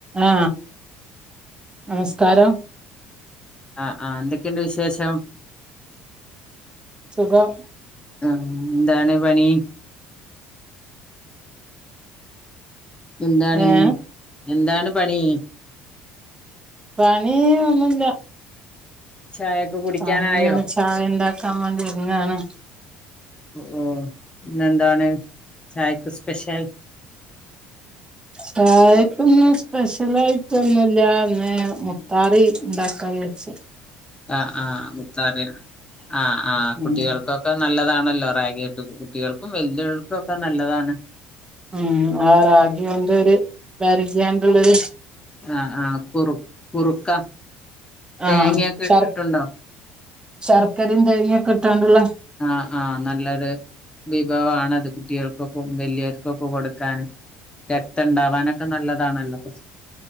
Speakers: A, on the right; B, on the left.
A: ആ നമസ്കാരം
B: ആ ആ എന്തൊക്കെയുണ്ട് വിശേഷം
A: സുഖം
B: ആ എന്താണ് പണി എന്താണ്
A: ഏഹ്
B: എന്താണ് പണി
A: പണിയ ഒന്നുമില്ല
B: ചായൊക്കെ കുടിക്കാനായോ
A: അ ഇങ്ങനെ ചായ ഉണ്ടാക്കാൻ വേണ്ടി ഇരുന്നാണ്
B: ഓ ഇന്നെന്താണ് ചായക്ക് സ്പെഷ്യൽ
A: ചായക്കൊന്നും സ്പെഷ്യലായിട്ടൊന്നുമില്ലന്ന മുത്താറി ഉണ്ടാക്കാ വച്ച
B: ആ ആ മുത്താറിയ ആ ആ
A: ഉം
B: കുട്ടികൾക്കൊക്കെ നല്ലതാണല്ലോ റാഗിട്ട് കുട്ടികൾക്കും വല്ലുൾക്കും ഒക്കെ നല്ലതാണ്
A: ഉം ആ റാഗി കൊണ്ട് ഒരു പരിചയണ്ടുള്ളരു
B: ആ ആ കുറു കുറുക്ക തേങ്ങയൊക്കെ
A: ആ ശർ
B: ഇട്ടിട്ടുണ്ടോ
A: ശർക്കരയും തേനൊക്കെ ഇിട്ടാണ്ടുള്ള
B: ആ ആ നല്ലൊരു വിഭവണത് കുട്ടികൾക്കൊക്കെ വലിയർക്കൊക്കെ കൊടുക്കാന് രക്തം ഉണ്ടാാവാനൊക്കെ നല്ലതാണല്ലോ